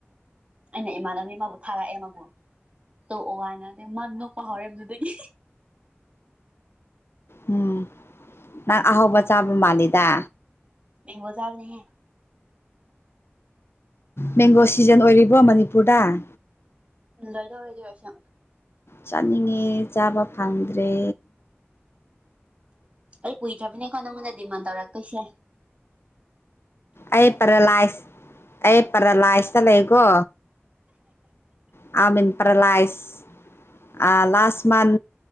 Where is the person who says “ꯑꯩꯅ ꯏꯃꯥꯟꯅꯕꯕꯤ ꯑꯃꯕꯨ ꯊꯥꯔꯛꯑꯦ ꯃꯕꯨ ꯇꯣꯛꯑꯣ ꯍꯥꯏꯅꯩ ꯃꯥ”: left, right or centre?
Right